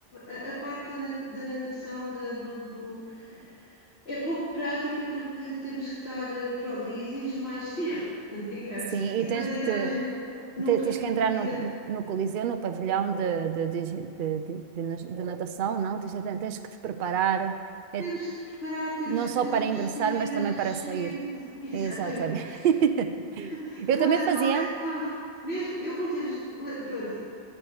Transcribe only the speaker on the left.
a- a parte da nat- da natação da- do, do- é pouco prática porque temos que estar, eh, pronto, e exige mais tempo, <laughs> digamos,
e
depois
entramos
num
ritmo
de
vida.
temos que preparar, temos
que
vestir,
respirar,
<laughs> exatamente,
<laughs>
pôr
a
touca, pôr o... mesmo, eu muitas, pronto,